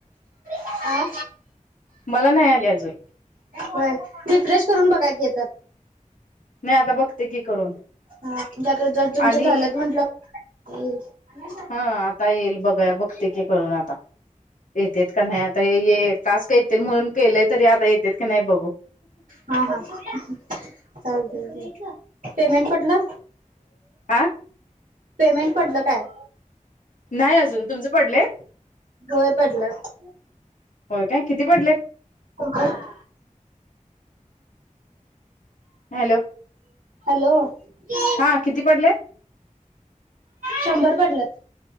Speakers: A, on the right (about 85°); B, on the left (about 70°).
A: हा.
B: मला नाही आले अजून.
A: होय रिफ्रेश करून बघा की येतात.
B: नाही आता बघते की करून
A: हा जता जि तुमच्या
B: आणि
A: झालेत म्हंटल ह <unintelligible>
B: हा आता येईल बघा बघते की करून आता येतेत का नाही आता येेत टास्क येतील म्हणून केलेय तरी आता येतेत की नाही बघू.
A: हा हा चालते पेमेंट पटल?
B: आं..
A: पेमेंट पडल काय?
B: नाही अजून तुमचं पडलय?
A: होय पडलत.
B: हो काय किती पडलेत?
A: हो <unintelligible>
B: हॅलो.
A: हॅलो. <inaudible>
B: हा, किती पडले?
A: <inaudible> शंभर पडल्यात.